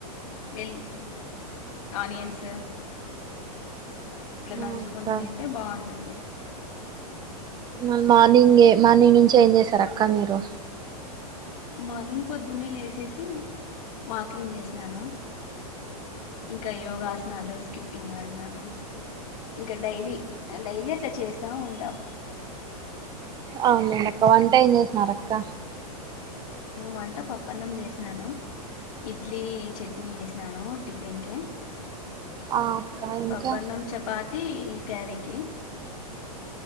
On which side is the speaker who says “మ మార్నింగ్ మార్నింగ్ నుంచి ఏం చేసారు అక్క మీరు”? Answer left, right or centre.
Right